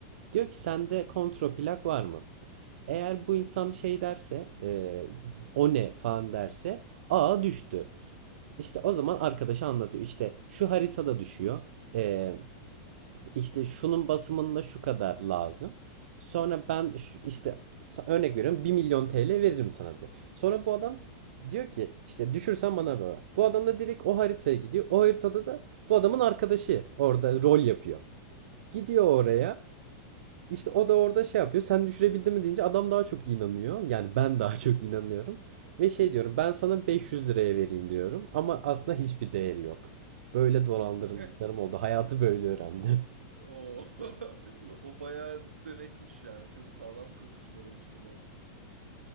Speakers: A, on the right; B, on the right.
A: Diyor ki sende
B: hı hı.
A: kontraplak var mı? Eğer bu insan şey derse e, o ne falan derse aa düştü. İşte o zaman arkadaşı anlatıyor. İşte şu haritada düşüyor. Ee, işte şunun basımında şu kadar lazım. Sonra ben şu- işte sa- örnek veriyorum Bir milyon TL veririm sana diyor. Sonra bu adam diyor ki işte düşürsen bana ver. Bu adam da direkt o haritaya gidiyor. O haritada da bu adamın arkadaşı orada rol yapıyor. Gidiyor oraya.
B: Ha.
A: İşte o da orada şey yapıyor. Sen düşürebildin mi deyince adam daha çok inanıyor. Yani ben daha <laughs> çok inanıyorum. Ve şey diyorum ben sana 500 liraya vereyim diyorum. Ama aslında hiçbir değeri yok. Böyle dolandırıldıklarım
B: <laughs>
A: oldu. Hayatı böyle öğrendim. <laughs>
B: O <laughs> o bayağı düzenekmiş yani. Çok sağlam kurmuşlar o işi de.